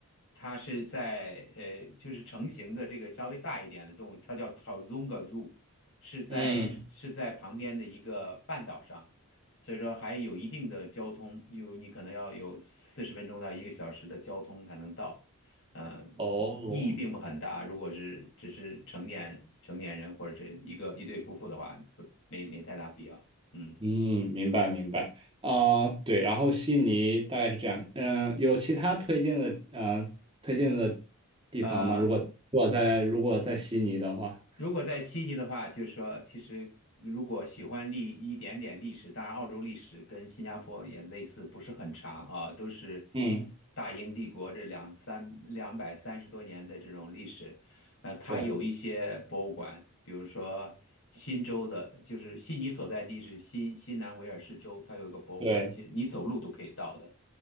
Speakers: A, on the left (about 55°); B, on the right (about 25°).
A: 它是在呃，就是成型的这个稍微大一点的动物，它叫 Tarzunga Zoo，是在是在旁边的一个半岛上。
B: 嗯，
A: 所以说还有一定的交通，有你可能要有四十分钟到一个小时的交通才能到。呃，
B: 哦，
A: 意义并不很大。如果是只是成年成年人或者是一个一对夫妇的话，不没没太大必要。嗯，
B: 嗯，明白明白，啊、对，然后悉尼大概是这样，嗯、有其他推荐的，嗯，推荐的地方吗？
A: 呃，
B: 如果如果在如果在悉尼的话，
A: 如果在悉尼的话，就是说，其实如果喜欢历一点点历史，当然澳洲历史跟新加坡也类似，不是很长啊，都是
B: 嗯，
A: 大英帝国这两三两百三十多年的这种历史。呃，它有一些博物馆，
B: 对
A: 比如说新州的，就是悉尼所在地是新新南威尔士州，它有一个博物馆，
B: 对，
A: 其实你走路都可以到的。